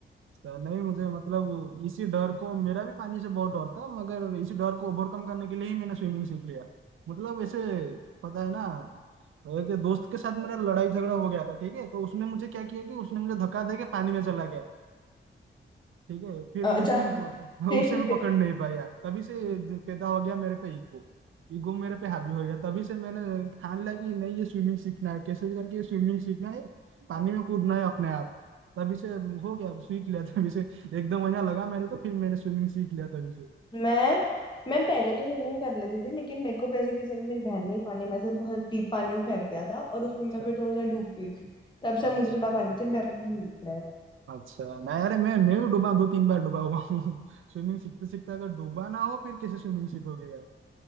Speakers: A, on the right; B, on the left.
A: तो नहीं मुझे मतलब इसी डर को मेरा भी पानी से बहुत डर था मगर इसी डर को ओवरकम करने के लिए ही मैंने स्विमिंग सीख लिया मतलब ऐसे पता है ना एक दोस्त के साथ मेरा लड़ाई झगड़ा हो गया था ठीक है तो उसने मुझे क्या किया कि उसने मुझे धक्का दे के पानी में चला गया ठीक है फिर
B: अच्छा
A: उसे मैं
B: <laughs>
A: प-
B: फिर
A: उसे मैं
B: फिर
A: पकड़ नहीं पाया तभी से पैदा हो गया मेरे पे ईगो ईगो मेरे पे हावी हो गया तभी से मैंने ठान लिया कि नहीं ये स्विमिंग सीखना है कैसे भी करके ये स्विमिंग सीखना है पानी में कूदना है अपने आप तभी से हो गया सीख लिया <laughs> तभी से एक दो महीना लगा मेरे को फिर मैंने स्विमिंग सीख लिया तभी से
B: मैं मैं पहले तो स्विमिंग कर लेती थी लेकिन मेरे को भी ऐसे किसी ने मेरी बहन ने ही पानी में से बहुत डीप पानी में फेंक दिया था और उसमें
A: अच्छा
B: मैं फिर थोड़ा सा डूब गई थी तब से
A: अच्छा
B: मुझे थोड़ा पानी से डर लगने लग गया
A: अच्छा नहीं अरे मैं मैं भी डूबा हूँ, दो तीन बार डूबा हुआ हूँ <laughs> स्विमिंग सीखते सीखते अगर डूबा ना हो फिर कैसे स्विमिंग सीखोगे यार